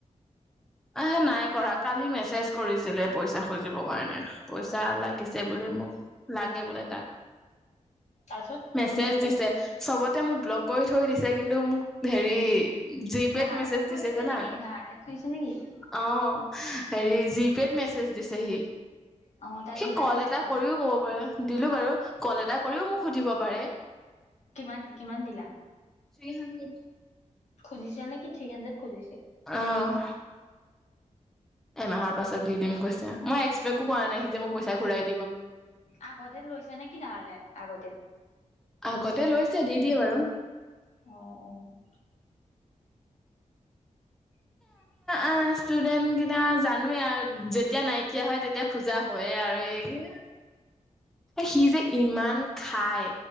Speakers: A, in the centre; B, on the left (about 65°).
A: আহে নাই কৰা কালি মেছেজ কৰিছিলে পইচা খুজিব কাৰণে। পইচা যা লাগিছে বুলে মোক লাগে বোলে তাক।
B: তাৰপিছত তুমি
A: মেছেজ
B: কি ক'লা
A: দিছে চবতে মোক ব্লক কৰি থৈ দিছে কিন্তু মোক হেৰি জিপেত
B: ধাৰ
A: মেছেজ
B: লে খুজিছে
A: দিছে জানা?
B: নেকি ধাৰ লে খুজিছে নেকি
A: অ'। হেৰি জিপেত মেছেজ দিছে হি।
B: অ তাই
A: সি
B: দিলা
A: ক'ল
B: নে নাই
A: এটা
B: পইচা
A: কৰিও ক'ব পাৰে, দিলো বাৰু। কল এটা কৰিও মোক সুধিব পাৰে।
B: কিমান-কিমান দিলা?
A: Three hundred.
B: খুজিছে নে কি থ্ৰি হানড্ৰেত খুজিছে?
A: অ'। এমাহৰ পাছত দি দিম গৈছে মই এক্সপেকো কৰা নাই সি যে মই পইচা ঘূৰাই দি
B: আগতে লৈছে নে কি ধাৰলে, আগতে?
A: আগতে লৈছে দি দিয়ে বাৰু।
B: অ'- অ'। <inaudible>
A: অ', ষ্টুডেণ্ট কেইটা জানোৱেই আৰু যেতিয়া নাইকিয়া হয় তেতিয়া খোজা হয়য়ে আৰু এই কি
B: স <inaudible>
A: সি যে ইমান খায়,